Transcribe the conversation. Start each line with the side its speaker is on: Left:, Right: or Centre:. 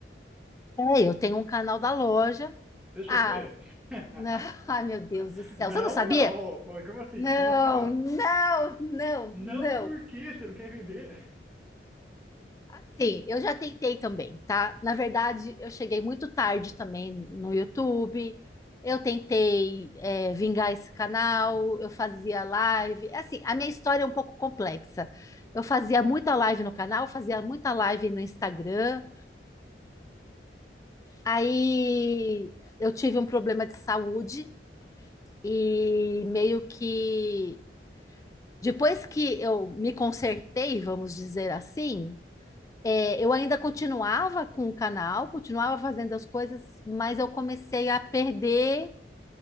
Left: É, eu tenho um canal da loja.
Centre: Deixa
Left: Ah,
Centre: eu ver. <laughs>
Left: não, <laughs> ai meu Deus do céu,
Centre: Não,
Left: você não sabia?
Centre: não. Pô, Como assim?
Left: Não,
Centre: Como assim não?
Left: não, não,
Centre: Não,
Left: não.
Centre: por quê? Você não quer vender?
Left: Assim, eu já tentei também, tá? Na verdade, eu cheguei muito tarde também no YouTube. Eu tentei, é, vingar esse canal, eu fazia live. É Assim, a minha história é um pouco complexa. Eu fazia muita live no canal, fazia muita live no Instagram. Aí eu tive um problema de saúde. E meio que depois que eu me consertei, vamos dizer assim, é, eu ainda continuava com o canal, continuava fazendo as coisas, mas eu comecei a perder